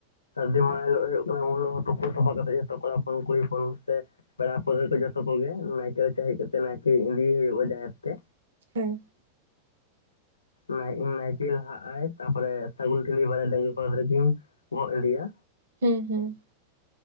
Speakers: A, on the left (about 75°); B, on the right (about 65°).
A: ᱥᱟᱹᱨᱫᱤ ᱢᱟᱦᱟ ᱦᱤᱞᱳᱜ ᱦᱩᱭᱩᱜ ᱠᱟᱱᱟ ᱩᱱ ᱦᱤᱞᱳᱜ ᱦᱚ ᱛᱩᱯᱩ ᱥᱟᱯᱷᱟ ᱠᱟᱛᱮᱜ ᱡᱚᱛᱚ ᱠᱚᱲᱟ ᱦᱚᱯᱚᱱ ᱠᱩᱲᱤ ᱦᱚᱯᱚᱱ ᱥᱮ ᱯᱮᱲᱟ ᱯᱟᱹᱲᱦᱟᱹ ᱠᱚ ᱡᱚᱛᱚ ᱠᱚᱜᱮ, ᱱᱟᱭᱠᱮᱹ ᱨᱟᱪᱟ ᱦᱮᱡ ᱠᱟᱛᱮ, ᱱᱟᱭᱠᱮᱹ ᱤᱫᱤᱭᱮ ᱦᱩᱭᱩᱜ-ᱟ ᱡᱟᱦᱮᱨ ᱛᱮ
B: ᱦᱮᱸ᱾
A: ᱱᱟᱭ ᱱᱟᱭᱠᱮᱹ ᱞᱟᱦᱟᱜ ᱟᱭ ᱛᱟᱯᱚᱨᱮ ᱥᱟᱹᱜᱩᱱ ᱴᱷᱤᱞᱤ ᱵᱟᱨᱭᱟ ᱰᱟᱹᱝᱜᱣᱟᱹ ᱠᱚᱲᱟ ᱜᱤᱫᱽᱨᱟᱹ ᱠᱤᱱ ᱜᱚᱸᱜ ᱤᱰᱤᱭᱟ᱾
B: ᱦᱩᱸ ᱦᱩᱸ᱾